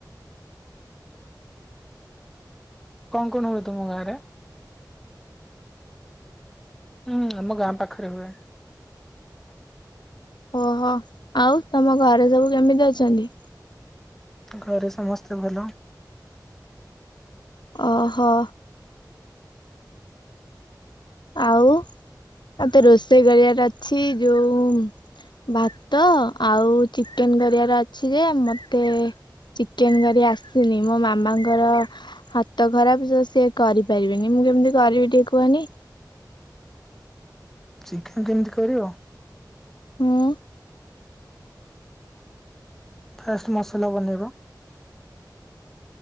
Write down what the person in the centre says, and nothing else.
କଣ କଣ ହୁଏ ତୁମ ଗାଁରେ? ହୁଁ ଆମ ଗାଁ ପାଖରେ ହୁଏ।
ଘରେ ସମସ୍ତେ ଭଲ।
ଚିକେନ କେମିତି କରିବ
ଫ୍ରଷ୍ଟ ମସଲା ବନେଇବା।